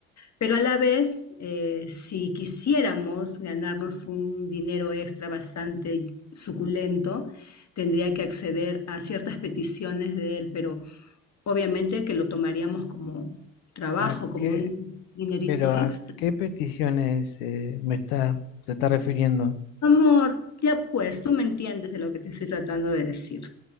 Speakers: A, on the left; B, on the left.
A: pero a la vez, eh, si quisiéramos ganarnos un dinero extra bastante suculento, tendría que acceder a ciertas peticiones de él, pero obviamente que lo tomaríamos como trabajo,
B: ¿A
A: como
B: qué?
A: un dinerito
B: Pero
A: extra.
B: ¿a qué peticiones eh, me está, se está refiriendo?
A: Amor, ya pues, tú me entiendes de lo que te estoy tratando de decir.